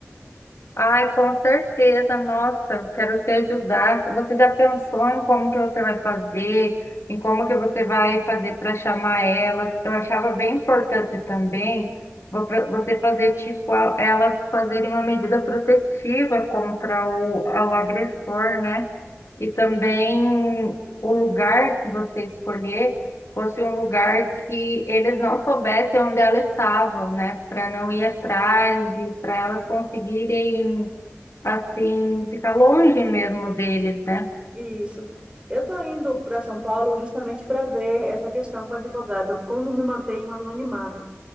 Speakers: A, on the left (about 65°); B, on the right (about 20°).
A: Ai, com certeza, nossa, eu quero te ajudar. Você já pensou em como que você vai fazer, em como que você vai fazer para chamar elas? Eu achava bem importante também vo- você fazer tipo a- elas fazerem uma medida protetiva contra o, o agressor, né? E também o lugar que você escolher fosse um lugar que eles não soubessem onde elas estavam, né? Para não ir atrás e para elas conseguirem assim, ficar longe mesmo deles, né?
B: Isso. Eu estou indo para São Paulo justamente para ver essa questão com o advogado, como me mantenho anonimato